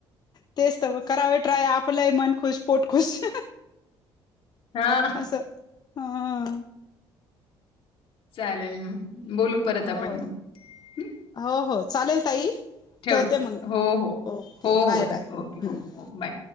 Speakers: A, on the left; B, on the left.
A: तेच तर मग, करावे ट्राय आप आपलंही मन खुश... पोट खुश...
B: हां.
A: असं, हा
B: चालेल... बोलू परत
A: हो
B: आपण मग हं?
A: हो हो... चालेल ताई
B: ठेव.
A: ठेवते मग...
B: हो हो.
A: ओके,
B: हो
A: बाय
B: हो चालेल
A: बाय...
B: ओके हो
A: हम्म
B: हो बाय.